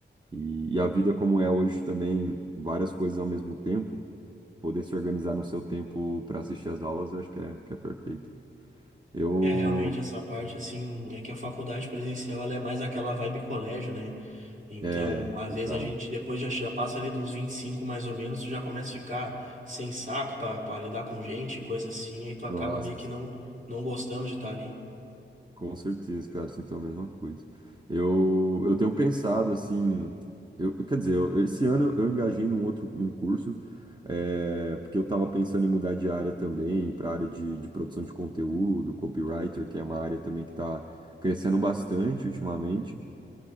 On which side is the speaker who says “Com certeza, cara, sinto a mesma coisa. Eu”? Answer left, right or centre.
Right